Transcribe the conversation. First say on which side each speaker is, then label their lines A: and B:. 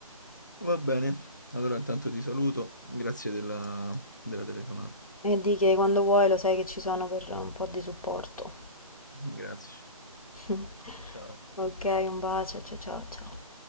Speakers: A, on the left; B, on the left.
A: Va bene, allora intanto ti saluto, grazie della, della telefonata.
B: E di che quando vuoi lo sai che ci sono per un po' di supporto.
A: Grazie.
B: <laughs>
A: Ciao.
B: Ok, un bacio, ciao ciao ciao.
A: Ciao.